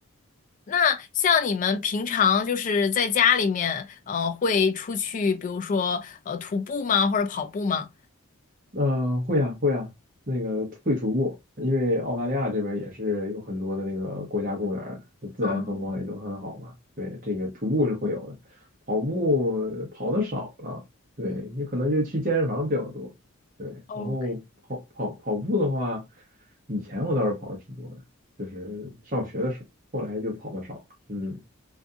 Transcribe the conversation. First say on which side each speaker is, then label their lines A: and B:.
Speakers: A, on the left; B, on the right.
A: 那像你们平常就是在家里面，呃，会出去，比如说呃徒步吗，或者跑步吗？
B: 呃，会啊，会啊，那个会徒步，因为澳大利亚这边也是有很多的那个国家公园儿自然风光也都很好嘛。
A: 啊
B: 对，这个徒步是会有的，跑步跑的少了，对，你可能就去健身房比较多。对，然后跑跑跑步的话，
A: 哦
B: 以前我倒是跑的挺多的，就是上学的时候，后来就跑的少了。嗯，